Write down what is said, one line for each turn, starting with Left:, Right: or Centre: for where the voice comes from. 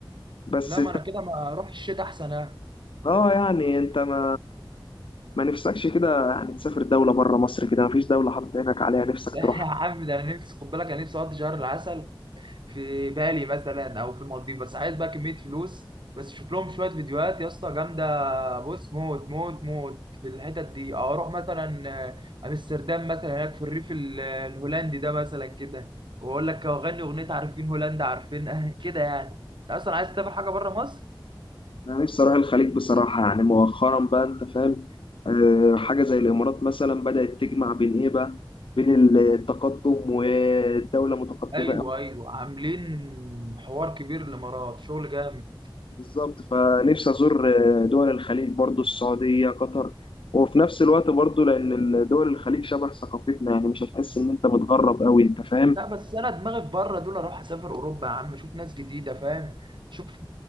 Left: بس
Right: لا ما أنا كده ما أروح الشتاء أحسن أنا
Left: اه يعني انت ما ما نفسكش كده يعني تسافر دولة بره مصر كده مفيش دولة حاطط عينك عليها
Right: <laughs>
Left: نفسك
Right: لا
Left: تروح
Right: يا عم ده أنا نفسي خد بالك أنا نفسي أقضي شهر العسل في بالي مثلا او في المالديف بس عايز بقى كميه فلوس بس شوف لهم شويه فيديوهات يا اسطى جامده بص موت موت موت في الحتت دي أو اروح مثلا آه، امستردام مثلا هناك في الريف ال- الهولندي ده مثلا كده واقول لك اغني اغنيه عارفين هولندا عارفين <laughs> أه كده يعني انت اصلا عايز تسافر حاجه بره مصر
Left: انا نفسي اروح الخليج بصراحة يعني مؤخرا بقى انت فاهم آه، حاجة زي الامارات مثلا بدأت تجمع بين ايه بقى بين التقدم والدولة متقدمة
Right: ايوه
Left: أوي.
Right: ايوه عاملين حوار كبير الامارات شغل جامد
Left: بالظبط فنفسي ازور آه، دول الخليج برضو السعودية قطر وفي نفس الوقت برضو لان دول الخليج شبه ثقافتنا يعني مش هتحس ان انت متغرب قوي انت فاهم
Right: لا بس انا دماغي في بره دول اروح اسافر اوروبا يا عم اشوف ناس جديده فاهم شوف